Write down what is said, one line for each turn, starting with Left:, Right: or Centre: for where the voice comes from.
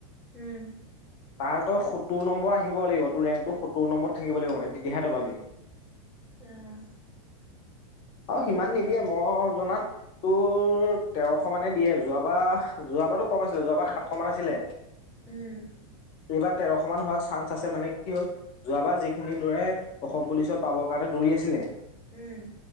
Centre: উম।
Left: তাৰ তোৰ সত্তৰ নম্বৰ আহিব লাগিব, তোৰ ৰেংকটো সত্ সত্তৰ‌ নম্বৰত থাকিব লাগিব, তেতিয়াহে তই পাবি।
Centre: অ'
Left: অ' সিমান নিদিয়ে মই জনাত তোৰ তেৰশ মানে দিয়ে, যোৱাবাৰ যোৱাবাৰো তো কম আছিলে, যোৱাবাৰ সাতশ মান আছিলে। <unintelligible>
Centre: উম।
Left: এইবাৰ তেৰশ মান হোৱাৰ চান্স আছে, মানে কি হ'ল যোৱাবাৰ যিখিনি লৰায়ে অসম পুলিচত পাবৰ কাৰণে দৌৰি আছিলে।
Centre: উম।